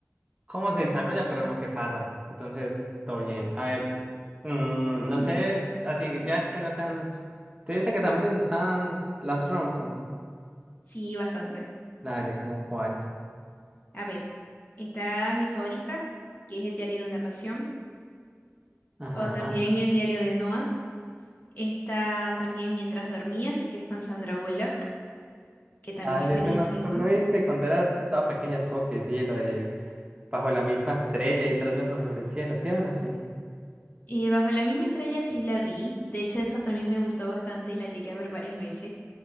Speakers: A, on the right; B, on the left.
A: cómo se desarrolla, pero no qué pasa. Entonces, todo bien. A ver, mm,
B: mm,
A: no sé, así que ya que no sean... Te dice que también te gustaban las romcom.
B: sí, bastante.
A: Dale, ¿como cuál?
B: A ver, está mi favorita, que es El diario de una pasión,
A: Ajá.
B: o también El diario de Noah. Está también Mientras dormías, que es con Sandra Bullock, que también
A: Dale,
B: es buenísima.
A: tú no, tú no viste cuando eras toda pequeña, supongo que sí, lo de bajo la misma estrella y tres metros sobre el cielo, ¿sí eran así?
B: Y Bajo la misma estrella sí la vi, de hecho esa también me gustó bastante y la llegué a ver varias veces.